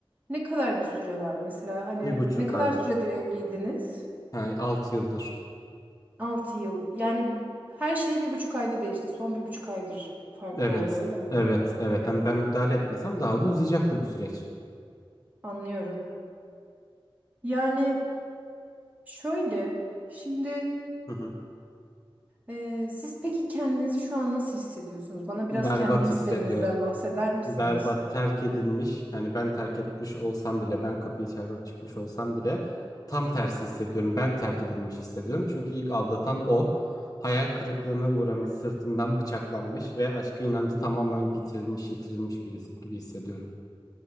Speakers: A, on the right (about 15°); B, on the left (about 40°).
A: ne kadar bir süre var? Mesela hani
B: Bir buçuk
A: ne kadar
B: aylık.
A: süredir evliydiniz?
B: He, 6 yıldır.
A: 6 yıl. Yani her şey bir buçuk ayda değişti. Son bir buçuk aydır farklı
B: Evet.
A: oldu öyle mi?
B: Evet. Evet. Yani ben müdahale etmesem daha da uzayacaktı bu süreç.
A: Anlıyorum. Yani şöyle şimdi
B: Hı hı.
A: Ee, siz peki kendinizi şu an nasıl hissediyorsunuz? Bana biraz
B: Berbat
A: kendi hislerinizden
B: hissediyorum.
A: bahseder misiniz?
B: Berbat terk edilmiş. Hani ben terk etmiş olsam bile, ben kapıyı çarpıp çıkmış olsam bile tam tersi hissediyorum. Ben terk edilmiş hissediyorum. Çünkü ilk aldatan o. Hayal kırıklığına uğramış, sırtından bıçaklanmış ve aşka inancı tamamen bitirilmiş, yitirilmiş birisi gibi hissediyorum.